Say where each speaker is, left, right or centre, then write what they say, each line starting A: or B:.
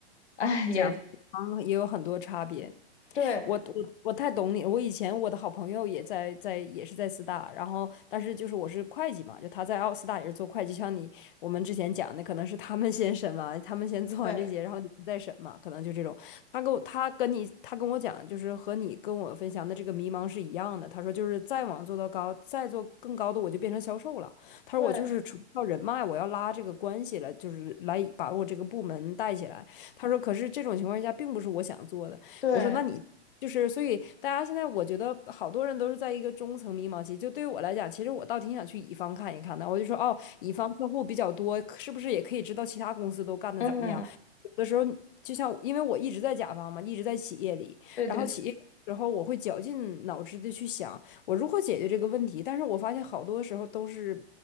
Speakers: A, on the left; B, on the left.
A: 哎，也
B: 甲方也有很多差别。
A: 对，
B: 我我我太懂你我以前我的好朋友也在在也是在四大，然后但是就是我是会计嘛，就他在奥斯大也是做会计，像你我们之前讲的，可能是他们先审完，他们先做完这些，
A: 对，
B: 然后你们再审嘛，可能就这种。他跟我他跟你他跟我讲，就是和你跟我分享的这个迷茫是一样的。他说就是再往做到高，再做更高的，我就变成销售了。他说我就是纯靠人脉，
A: 对，
B: 我要拉这个关系了，就是来把我这个部门带起来。他说可是这种情况下并不是我想做的。
A: 对，
B: 我说那你就是，所以大家现在我觉得好多人都是在一个中层迷茫期。就对于我来讲，其实我倒挺想去乙方看一看的。我就说哦，乙方客户比较多，是不是也可以知道其他公司都干的怎么样？
A: 嗯，
B: 有的时候就像，因为我一直在甲方嘛，一直在企业里，
A: 对对对，
B: 然后企业有时候我会绞尽脑汁的去想我如何解决这个问题，但是我发现好多时候都是